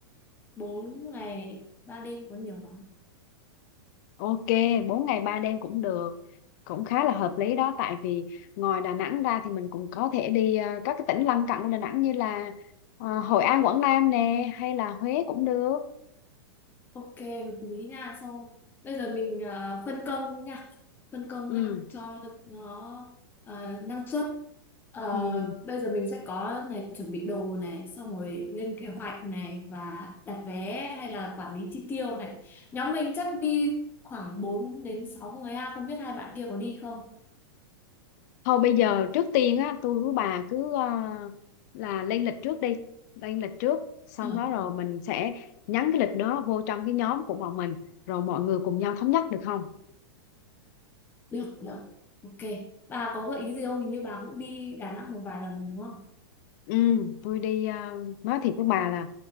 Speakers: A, on the left (about 15°); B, on the left (about 45°).
A: 4 ngày 3 đêm có nhiều lắm.
B: Ok 4 ngày 3 đêm cũng được cũng khá là hợp lý đó tại vì ngoài Đà Nẵng ra thì mình cũng có thể đi ờ, các cái tỉnh lân cận của Đà Nẵng như là ờ, Hội An Quảng Nam nè hay là Huế cũng được
A: Ok, hợp lý nha. Sau bây giờ mình ờ, phân công nha, phân công
B: ừ,
A: ha cho nó ờ, năng suất. Ờ,
B: ừ.
A: bây giờ mình sẽ có này chuẩn bị đồ này, xong rồi lên kế hoạch này và đặt vé hay là quản lý chi tiêu này. Nhóm mình chắc đi khoảng 4 đến 6 người ha, không biết hai bạn kia có đi không?
B: thôi bây giờ trước tiên á tôi với bà cứ ờ, là lên lịch trước đi lên lịch trước xong
A: Được,
B: đó rồi mình sẽ nhắn cái lịch đó vô trong cái nhóm của bọn mình rồi mọi người cùng nhau thống nhất được không
A: được, được. Ok. Bà có gợi ý gì không? Hình như bà cũng đi Đà Nẵng một vài lần đúng không?
B: ừ tôi đi ờ, nói thiệt với bà là